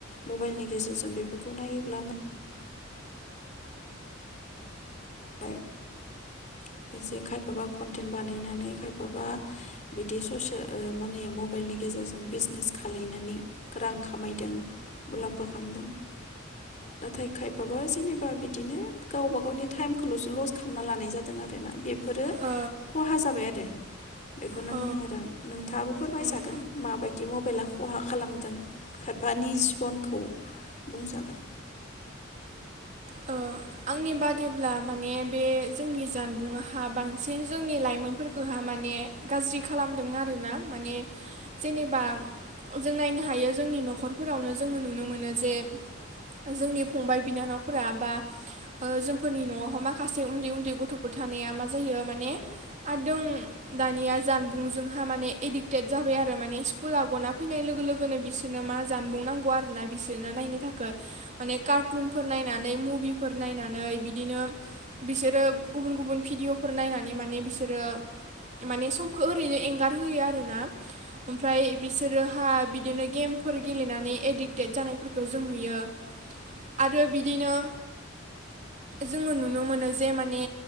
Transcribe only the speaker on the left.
मबाइलनि गेजेरजों बेफोरखौ नायोब्ला <unintelligible> खायफाबा कन्टेन्ट बानायनानै खायफाबा बिदि ससे ओ माने मबाइलनि गेजेरजों बिजनेस खालायनानै रां खामायदों मुलाम्फा खामदों। नाथाय खायफाबा जेनेबा बिदिनो गावबा गावनि टाइमखौल'सो लस खालामना लानाय जादों आरोना बेफोरो
खहा जाबाय आरो बेखौनो
बुङो आरो आं नोंथाङाबो फोरमायजागोन
माबायदि मबाइला खहा खालामदों खायफानि जिबनखौ बुंजागोन